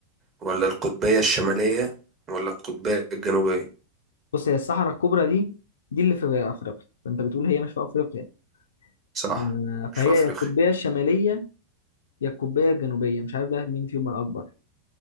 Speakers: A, on the right; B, on the left.
A: ولا القطبية الشمالية ولا القطبية الجنوبية
B: بص هي الصحراء الكبرى دي دي اللي في افريقيا فانت بتقول هي مش في افريقيا
A: صح
B: آه،
A: مش
B: فهي
A: في افريقيا
B: يا القطبية الشمالية يا القطبية الجنوبية مش عارف بقى مين فيهم الأكبر